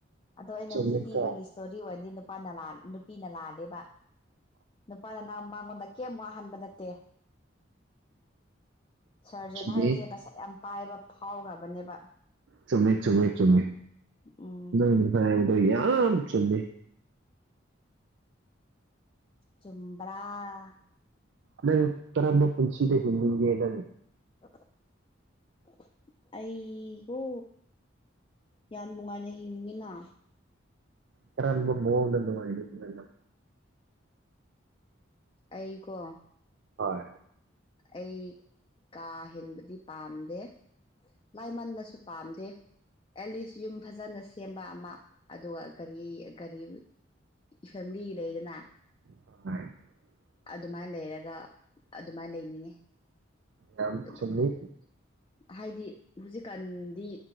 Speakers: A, on the left (about 25°); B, on the right (about 65°).
A: ꯑꯗꯣ ꯑꯩꯅ
B: ꯆꯨꯝꯃꯤꯀꯣ
A: ꯍꯧꯖꯤꯛ ꯂꯤꯕꯒꯤ ꯏꯁꯇꯣꯔꯤ ꯑꯣꯏꯅꯗꯤ ꯅꯨꯄꯥꯅ ꯂꯥꯟ ꯅꯨꯄꯤꯅ ꯂꯥꯜꯂꯦꯕ꯫ ꯅꯨꯄꯥꯅ ꯅꯪ ꯃꯉꯣꯟꯗ ꯀꯩꯝ ꯋꯥꯍꯟꯕ ꯅꯠꯇꯦ꯫ ꯁꯥꯔꯖꯟ
B: ꯆꯨꯝꯃꯤ
A: ꯍꯥꯏꯔꯤꯁꯦ ꯄꯩꯁꯥ ꯌꯥꯝ ꯄꯥꯏꯕ ꯐꯥꯎꯈ꯭ꯔꯕꯅꯦꯕ꯫
B: ꯆꯨꯝꯃꯦ- ꯆꯨꯝꯃꯦ - ꯆꯨꯝꯃꯦ
A: ꯎꯝ
B: ꯅꯪꯅ ꯉꯁꯥꯏ ꯍꯥꯏꯕꯥꯗꯣ ꯌꯥꯝ ꯆꯨꯝꯃꯦ꯫
A: ꯆꯨꯝ꯭ꯕꯔꯥ?
B: ꯅꯪ ꯀꯔꯝꯕ ꯄꯨꯟꯁꯤꯗ ꯍꯤꯡꯅꯤꯡꯒꯦ ꯅꯪ?
A: <unintelligible> ꯑꯩꯒꯣ ꯌꯥꯝ ꯅꯨꯡꯉꯥꯏꯅ ꯍꯤꯡꯅꯤꯡꯉꯤꯅ꯫
B: ꯀꯔꯝꯕ ꯃꯥꯑꯣꯡꯗ ꯅꯨꯉꯥꯏ <unintelligible>
A: ꯑꯩꯀꯣ
B: ꯍꯣꯏ
A: ꯑꯩ ꯀꯥ ꯍꯦꯟꯕꯗꯤ ꯄꯥꯝꯗꯦ꯫ ꯂꯥꯏꯃꯟꯕꯁꯨ ꯄꯥꯝꯗꯦ꯫ ꯑꯦꯂꯤꯁ ꯌꯨꯝ ꯐꯖꯅ ꯁꯦꯝꯕ ꯑꯃ ꯑꯗꯨꯒ ꯒꯥꯔꯤ ꯒꯥꯔꯤ ꯐꯦꯃꯤꯂꯤ ꯂꯩꯥꯏꯗꯅ
B: <unintelligible>
A: ꯑꯗꯨꯃꯥꯏ ꯂꯩꯔꯒ ꯑꯗꯨꯃꯥꯏꯅ ꯂꯩꯅꯤꯡꯉꯦ <unintelligible>
B: ꯌꯥꯝ ꯆꯨꯝꯃꯤ
A: ꯍꯥꯏꯗꯤ ꯍꯧꯖꯤꯛꯀꯥꯟꯗꯤ